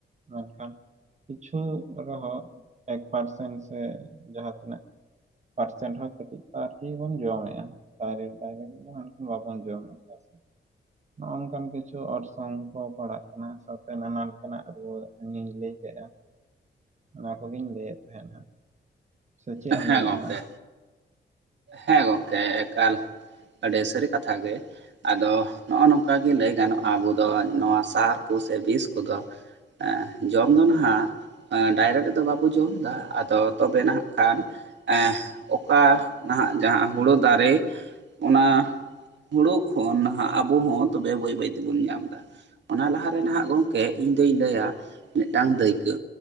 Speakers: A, on the right; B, on the right.
A: ᱢᱮᱱᱠᱷᱟᱱ ᱠᱤᱪᱷᱩ ᱨᱮᱦᱚᱸ ᱮᱠ ᱯᱟᱨᱥᱮᱱ ᱥᱮ ᱡᱟᱦᱟᱸ ᱛᱤᱱᱟᱹᱜ ᱯᱟᱨᱥᱮᱱᱴ ᱦᱚᱸ ᱟᱨ ᱠᱟᱹᱴᱤᱡ ᱟᱨ ᱠᱤ ᱵᱚᱱ ᱡᱚᱢᱮᱜᱼᱟ ᱰᱟᱭᱨᱮᱠᱴ ᱰᱟᱭᱨᱮᱠᱴ ᱤᱠᱷᱟᱹᱱ ᱵᱟᱵᱚᱱ ᱡᱚᱢᱮᱜᱼᱟ ᱥᱮ ᱱᱚᱜᱼᱚ ᱱᱚᱝᱠᱟᱱ ᱠᱤᱪᱷᱩ ᱚᱨᱥᱚᱝ ᱠᱚ ᱯᱟᱲᱟᱜ ᱠᱟᱱᱟ ᱥᱟᱶᱛᱮ ᱱᱟᱱᱟ ᱞᱮᱠᱟᱱᱟᱜ ᱨᱩᱣᱟᱹ ᱤᱧ ᱞᱟᱹᱭ ᱠᱮᱫᱟ ᱚᱱᱟ ᱠᱚᱜᱮᱧ ᱞᱟᱹᱭᱮᱫ ᱛᱟᱦᱮᱱᱟ ᱥᱮ ᱪᱮᱫ
B: ᱦᱮᱸ
A: ᱮᱢ ᱞᱟᱹᱭᱮᱜᱼᱟ
B: ᱜᱚᱝᱠᱮ
A: ᱟᱢ
B: ᱦᱮᱸ ᱜᱚᱝᱠᱮ ᱮᱠᱟᱞ ᱟᱹᱰᱤ ᱥᱟᱹᱨᱤ ᱠᱟᱛᱷᱟ ᱜᱮ ᱟᱫᱚ ᱱᱚᱜᱼᱚ ᱱᱚᱝᱠᱟ ᱜᱮ ᱞᱟᱹᱭ ᱜᱟᱱᱚᱜᱼᱟ ᱟᱵᱚ ᱫᱚ ᱱᱚᱣᱟ ᱥᱟᱨ ᱠᱚᱥᱮ ᱵᱤᱥ ᱠᱚᱫᱚ ᱟᱸ, ᱡᱚᱢ ᱫᱚ ᱱᱟᱜ ᱰᱟᱭᱨᱮᱠᱴ ᱫᱚ ᱵᱟᱵᱚ ᱡᱚᱢᱫᱟ ᱟᱫᱚ ᱛᱚᱵᱮ ᱱᱟᱜ ᱠᱷᱟᱱ ᱮᱸ ᱚᱠᱟ ᱱᱟᱦᱟᱜ ᱡᱟᱦᱟᱸ ᱦᱳᱲᱳ ᱫᱟᱨᱮ ᱚᱱᱟ ᱦᱳᱲᱳ ᱠᱷᱚᱱ ᱱᱟᱦᱟᱜ ᱟᱵᱚ ᱦᱚᱸ ᱛᱚᱵᱮ ᱵᱟᱹᱭ ᱵᱟᱹᱭ ᱛᱮᱵᱚᱱ ᱧᱟᱢᱫᱟ ᱾ ᱚᱱᱟ ᱞᱟᱦᱟᱨᱮ ᱱᱟᱦᱟᱜ ᱜᱚᱢᱠᱮ ᱤᱧ ᱫᱩᱧ ᱞᱟᱹᱭᱟ ᱢᱤᱫᱴᱟᱝ ᱫᱟᱹᱭᱠᱟᱹ᱾